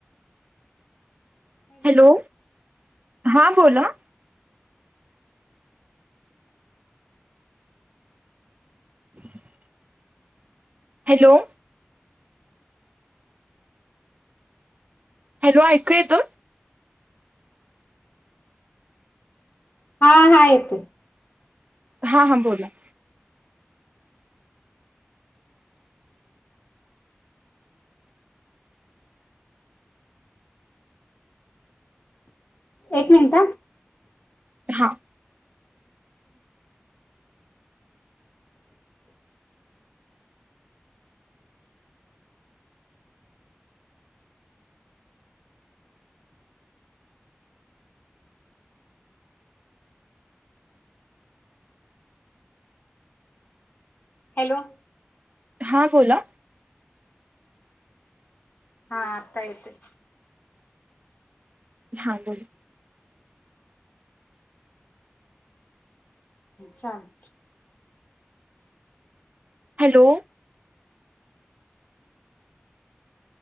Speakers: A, on the right; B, on the left.
A: हॅलो हां बोला <unintelligible> हॅलो हॅलो ऐकूया येतो
B: ह हा येत
A: हां हां बोला
B: एक मिनिट
A: हां
B: हॅलो
A: हां बोला
B: हा आतायत
A: हां बोोल
B: चाल
A: हॅलो